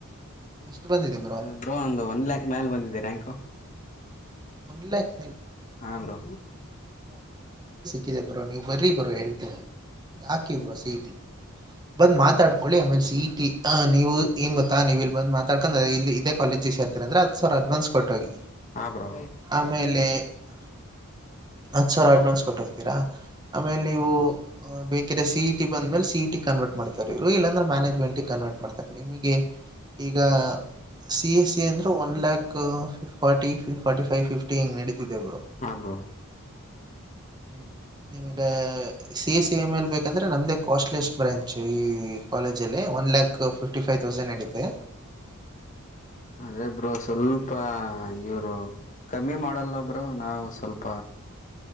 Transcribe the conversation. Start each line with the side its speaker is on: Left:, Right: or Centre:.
Right: ಎಷ್ಟು ಬಂದಿದೆ
Left: ಬ್ರ ಬ್ರೋ ಒಂದ ಒನ್ ಲ್ಯಾಕ್ ಮ್ಯಾಲ ಬಂದಿದೆ ರ್ಯಾಂಕು
Right: ಒನ್ಲ್ಯಾಕ್
Left: ಹಾ ಬ್ರೋ
Right: ಗಿದೆ ಬ್ರೋ ನೀವು ಬರೀ ಬ್ರೋ ಹೇಳ್ತೀನಿ ಹಾಕಿ ಬ್ರೋ ಸಿಇಟಿ ಬಂದ್ ಮಾತಾಡ್ಕೊಳ್ಳಿ ಆಮೇಲೆ ಸಇಟಿ ಅ ನೀವು ಏನ್ ಗೊತ್ತಾ ನೀವು ಇಲ್ ಬಂದ್ ಮಾತ ಯಾಕಂದ್ರ ಇಲ್ಲಿ ಇದ ಕಾಲೇಜಿಗ ಸೇರ್ತಿರ ಅಂದ್ರ ಹತ್ತಸವ್ರ ಅಡ್ವಾನ್ಸ ಕೊಟ್ಟೋಗಿ
Left: ಹಾ ಬ್ರೋ
Right: ಆಮೇಲೆ ಹತ್ ಸಾವಿರ ಅಡ್ವಾನ್ಸ್ ಕೊಟ್ಟೋಗ್ತೀರಾ ಆಮೇಲೆ ಇವು ಬೇಕರೆೆ ಸಿ ಇ ಟಿ ಬಂದ್ಮೇಲೆ ಸಿಇ ಟಿ ಕನ್ವರ್ಟ್ ಮಾಡ್ತಾರೆ ಇವರು ಇಲ್ಲಾಂದ್ರೆ ಮ್ಯಾನೇಜ್ಮೆಂಟೀಗ ಕನ್ವರ್ಟ್ ಮಾಡ್ತರ ನಿಮಗೆ ಈಗ ಸಿ ಎ ಸಿ ಅಂದ್ರ one lakh forty ಫಿಫ್ forty five fifty ಹಿಂಗ ನಡಿತ ತಿದೆ ಬ್ರೋ
Left: ಹಾ ಬ್ರೋ
Right: ಹ್ಮ್ ನಿಮ್ಗೆ ಸಿ ಎಸ್ ಸಿ ಎ ಮೇಲ್ ಬೇಕಂದ್ರೆ ನಮ್ದೇ ಕಾಸ್ಟ್ಲಿಸ್ಟ್ ಬ್ರ್ಯಾಂಚ್ ಈ ಕಾಲೇಜ ಅಲ್ಲಿ one lakh fifty five thousand ನಡೀತೆ
Left: ಅದೇಬ್ರು ಸ್ವಲ್ಪ ಇವ್ರು ಕಮ್ಮಿ ಮಾಡಲ್ಲಬ್ರು ನಾವು ಸ್ವಲ್ಪ